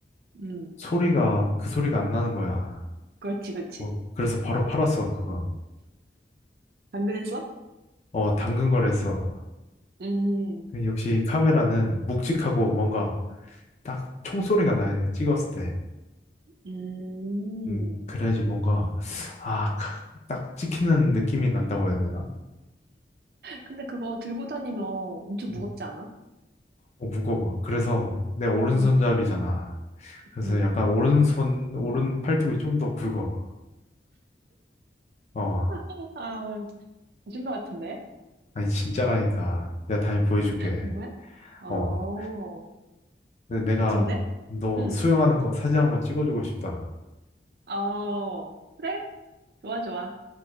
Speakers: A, on the right; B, on the left.
A: 음.
B: 소리가 그 소리가 안 나는 거야.
A: 그렇지, 그렇지.
B: 어, 그래서 바로 팔았어, 그건.
A: 당근했어?
B: 어, 당근 거래했어.
A: 음,
B: 역시 카메라는 묵직하고 뭔가 딱 총소리가 나야 돼, 찍었을 때.
A: 음.
B: 음, 그래야지 뭔가, 아, 가- 딱 찍히는 느낌이 난다고 해야 되나?
A: 근데 그거 들고 다니면 엄청
B: 음,
A: 무겁지 않아?
B: 어, 무거워. 그래서 내 오른손잡이잖아.
A: 응,
B: 그래서
A: 응.
B: 약간 오른손, 오른 팔뚝이 좀 더 굵어. 어,
A: <laughs> 아, 거짓말 같은데?
B: 아니, 진짜라니까. 내가 다음에 보여줄게.
A: 정말? 어,
B: 어, 근데 내가
A: 멋진데?
B: 너
A: 응.
B: 수영하는 거 사진 한번 찍어주고 싶다.
A: 어, 그래? 좋아, 좋아.